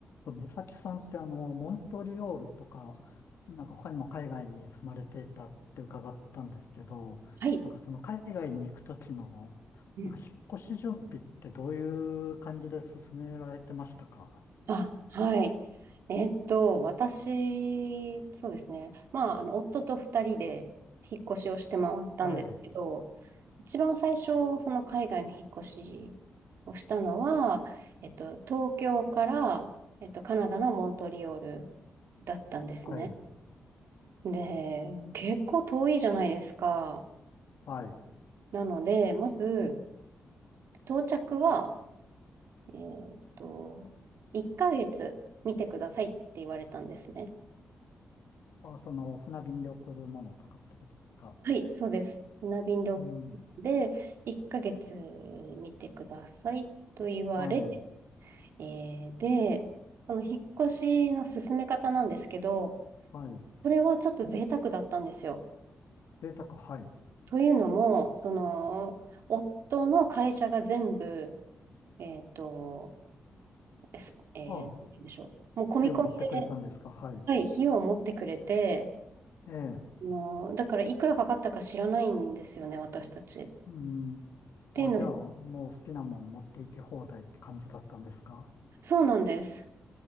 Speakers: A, on the left; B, on the right.
A: 美咲さんってあの、モントリオールとか、なんか他にも海外に住まれていたって伺ったんですけど、
B: はい。
A: なんかその海外に行くときの、
B: う
A: なんか引っ越し準備ってどういう感じで進められてましたか
B: あ、はい。えっと、私、そうですね。まあ、あの、夫と二人で引っ越しをして回ったんですけど、
A: はい、
B: 一番最初、その海外の引っ越しをしたのは、えっと、東京から、えっと、カナダのモントリオールだったんですね。
A: はい、
B: で、結構遠いじゃないですか。
A: はい。
B: なので、まず、到着は、えっと、1ヶ月見てくださいって言われたんですね。
A: あ、その船便で送るものとかってことですか
B: はい、そうです。船便で、
A: うん、
B: で、1ヶ月見てくださいと言われ、
A: はい、
B: えーで、その引っ越しの進め方なんですけど、
A: はい。
B: それはちょっと贅沢だったんですよ。
A: 贅沢、はい。
B: というのも、その、夫の会社が全部、えっと、すえー、
A: あ、
B: なんて言うんでしょう。もう込み込みで、
A: 火を持ってくれたんですかはい。
B: はい、費用を持ってくれて、
A: ええ
B: あの、だからいくらかかったか知らないんですよね、私たち。っ
A: うん。
B: ていうのも、
A: あ、じゃあ、もう好きなもん持って行き放題って感じだったんですか
B: そうなんです。